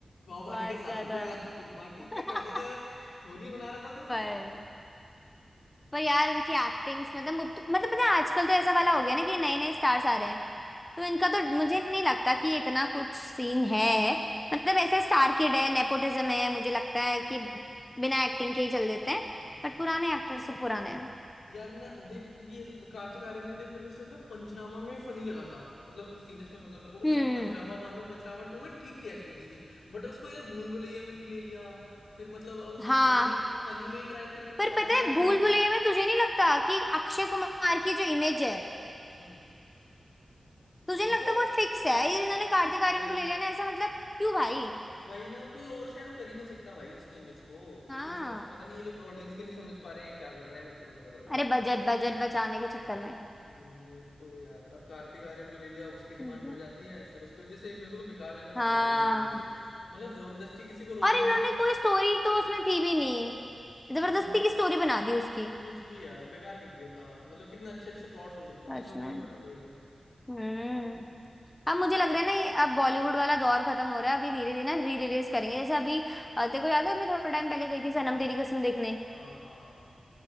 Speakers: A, on the left (about 80°); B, on the left (about 15°).
A: पाव भाजी
B: बहुत
A: का सात
B: ज्यादा
A: रुपया <laughs> बाकी
B: <laughs>
A: के पैसों से होली मना रहा था तू
B: पर पर यार उनकी एक्टिंग्स मतलब मुत- मतलब पता है आजकल तो ऐसा वाला हो गया ना कि नए नए स्टार्स आ रहे हैं तो इनका तो मुझे नहीं लगता कि ये इतना कुछ सीन है मतलब ऐसे
A: <laughs>
B: स्टार किड है नेपोटिज्म है मुझे लगता है कि बिना एक्टिंग के ही चल देते हैं
A: हाँ
B: बट पुराने एक्टर्स तो पुराने हैं
A: यार ना देख तू ये कार्तिक आर्यन भी देख मेरे को सिर्फ ना पंचनामा में फनी लगा था मतलब सीरियस में मतलब मेरे को वो
B: हम्म
A: सिर्फ पंचनामा वन और पंचनामा टू में ठीक थी एक्टिंग उसकी बट उसको यार भूल भुलैया में भी ले लिया फिर मतलब अब उसको
B: हाँ
A: फनी फनी में ही ट्राई कर रहे हैं तो
B: पर
A: पता
B: पता
A: नहीं
B: है
A: यार
B: भूल
A: मेरे को
B: भुलैया में तुझे नहीं लगता कि अक्षय कुमार की जो इमेज है
A: हम्म
B: तुझे
A: उसको
B: नहीं लगता वो फिक्स है ये इन्होंने
A: वही
B: कार्तिक आर्यन को ले लिया ना ऐसा मतलब क्यों भाई
A: वही ना कोई ओवरशैडो कर ही नहीं सकता भाई उसकी इमेज को
B: हाँ
A: ये लोग समझ पता नहीं ये लोग ऑडियंस को नहीं समझ पा रहे हैं क्या कर रहे हैं मेरे को तो नहीं पता भाई
B: अरे बजट बजट बचाने के चक्कर
A: हम्म, एक तो यार अब कार्तिक आर्यन को ले लिया अब उसकी डिमांड
B: में
A: बढ़ जाती है फिर उसकी वजह से मेरे को तो बेकार लगने लग
B: हाँ
A: गया भाई इसकी वजह से मतलब जबरदस्ती किसी को रोल
B: और इन्होंने
A: में तुम
B: कोई स्टोरी तो उसमें थी भी नहीं जबरदस्ती
A: हम्म,
B: की स्टोरी बना दी उसकी
A: कुछ भी यार बेकार कर दिया था मतलब कितने अच्छे अच्छे प्लॉट्स हो सकते
B: सच
A: थे इन लोगों
B: में
A: के ऊपर वही है
B: हम्म अब मुझे लग
A: अरे
B: रहा है ना ये अब बॉलीवुड वाला दौर खत्म हो रहा है अभी धीरे धीरे ना री रिलीज करेंगे जैसे अभी अ, तेरे को याद है मैं थोड़ा टाइम पहले गई थी सनम तेरी कसम देखने
A: हाँ हाँ